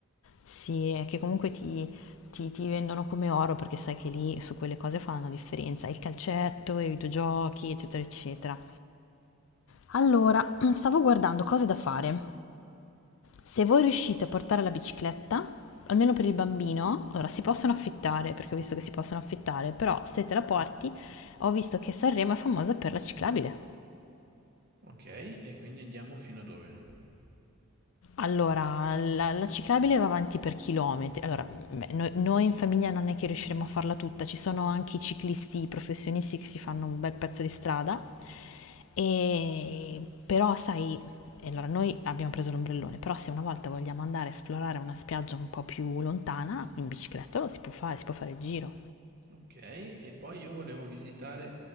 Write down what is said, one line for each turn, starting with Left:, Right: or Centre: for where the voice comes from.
Left: Sì, è che comunque ti, ti- ti vendono come oro perché sai che lì su quelle cose fanno la differenza, il calcetto, i videogiochi, eccetera, eccetera. Allora, <clears throat> stavo guardando cose da fare. Se voi riuscite a portare la bicicletta, almeno per il bambino, allora si possono affittare, perché ho visto che si possono affittare, però se te la porti, ho visto che Sanremo è famosa per la ciclabile.
Right: Ok, e quindi andiamo fino a dove?
Left: Allora, la, la ciclabile va avanti per chilometri. Allora, beh, noi, noi in famiglia non è che riusciremo a farla tutta, ci sono anche i ciclisti professionisti che si fanno un bel pezzo di strada, e, però sai, e allora noi abbiamo preso l'ombrellone, però se una volta vogliamo andare a esplorare una spiaggia un po' più lontana, in bicicletta lo si può fare, si può fare il giro.
Right: Ok, e poi io volevo visitare,